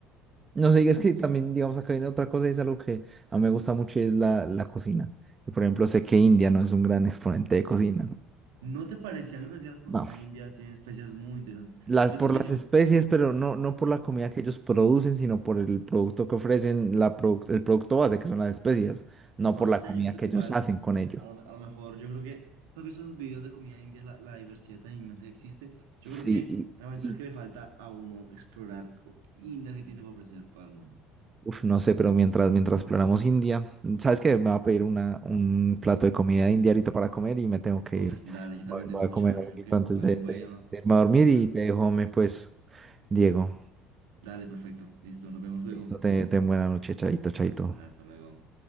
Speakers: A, on the right; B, on the right.
A: no sé, es que
B: Dime.
A: también, digamos, acá viene otra cosa y es algo que a mí me gusta mucho y es la, la cocina. Y, por ejemplo, sé que India no es un gran exponente de cocina.
B: ¿No te parece? A mí me parece que la cocina
A: No.
B: india tiene especies muy interesantes.
A: las,
B: Yo siento
A: por
B: que
A: las
B: yo,
A: especies, pero no, no por la comida que ellos producen, sino por el producto que ofrecen, la produc- el producto base, que son las especies, no
B: no
A: por
B: sé,
A: la comida
B: yo siento
A: que
B: que
A: ellos
B: igual,
A: hacen con ello.
B: a lo, a lo mejor, yo creo que, ¿tú has visto en los videos de comida india, la, la diversidad tan inmensa que existe? Yo
A: Sí,
B: creo que
A: y,
B: realmente
A: y,
B: es que le falta a uno explorar co- India que tiene para ofrecer para el mundo.
A: uf, no sé, pero mientras, mientras planeamos India, ¿sabes qué? Me va a pedir una, un plato de comida india ahorita para comer y me tengo que
B: Uf,
A: ir.
B: dale, yo
A: Voy,
B: también
A: voy
B: tengo
A: a
B: mucha
A: comer
B: hambre.
A: algo
B: Yo que
A: antes
B: más
A: de,
B: bien voy
A: de,
B: a,
A: de irme
B: voy
A: a dormir
B: a comprar
A: y
B: algo.
A: te dejo, me, pues, Diego.
B: Dale, perfecto. Listo, nos vemos luego.
A: Listo, te, te buena noche, chaito, chaito.
B: Hasta luego.